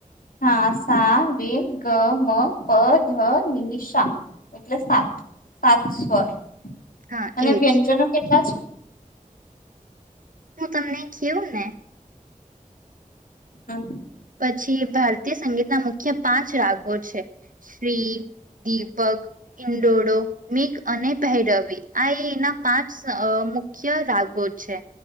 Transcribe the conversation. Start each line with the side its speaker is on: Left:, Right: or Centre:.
Left: હા, સા રે ગ મ પ ધ નિશા એટલે સાત સાત સ્વર.
Right: હા
Left: અને
Right: એજ
Left: વ્યંજનો કેટલા છે?
Right: હું તમને કેવું ને
Left: હા.
Right: પછી ભારતીય સંગીતના મુખ્ય પાંચ રાગો છે. શ્રી, દીપક, ઇંડોડો, મીક અને ભૈરવિ. આ એના પાંચ અ મુખ્ય રાગો છે.